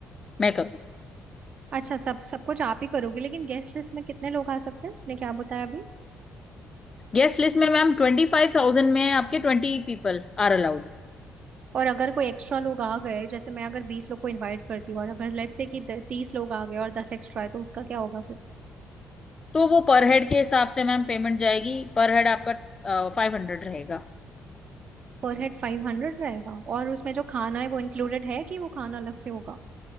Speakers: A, on the left; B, on the right.
A: मैं करूँ
B: अच्छा सब सब कुछ आप ही करोगे लेकिन गेस्ट लिस्ट में कितने लोग आ सकते हैं आपने क्या बताया अभी
A: गेस्ट लिस्ट में मैम ट्वेंटी फाइव थाउजेंड में आपके ट्वेंटी पीपल आर अलाउड
B: और अगर कोई एक्स्ट्रा लोग आ गए जैसे मैं अगर बीस लोग को इनवाइट करती हूँ और अगर लेट्स से कि तीस लोग आ गए और दस एक्स्ट्रा है तो उसका क्या होगा फिर
A: तो वो पर हेड के हिसाब से मैम पेमेंट जाएगी पर हेड आपका फाइव हंड्रेड रहेगा
B: पर हेड फाइव हंड्रेड रहेगा और उसमें जो खाना है वो इंक्लूडेड है कि वो खाना अलग से होगा